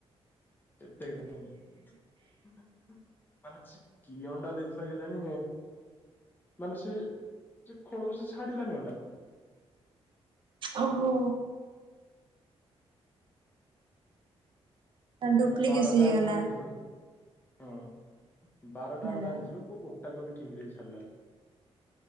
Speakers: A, on the left (about 20°); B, on the right (about 50°).
A: ଏତେ ମାନେ ସେ କି ଅଣ୍ଡା ଦେଇଥିଲା କେଜାଣି ମାନେ ସେ ସେ ଖଳରେ ସେ ଛାଡିଲାନି ଅଣ୍ଡା
B: ଓହୋ, ଡୁପ୍ଲିକେଟ
A: ମାନେ ବାରଟା
B: ସିଏ ହେଇଗଲା।
A: ଅଣ୍ଡା ଆଣିଥିଲୁ ହଁ ବାରଟା
B: ହଁ
A: ଅଣ୍ଡା ଆଣିଥିଲୁ କୋଉୋଗୋ ତାକୁ ବି ଠିକ ରେ ବି ଛାଡ଼ିଲାନି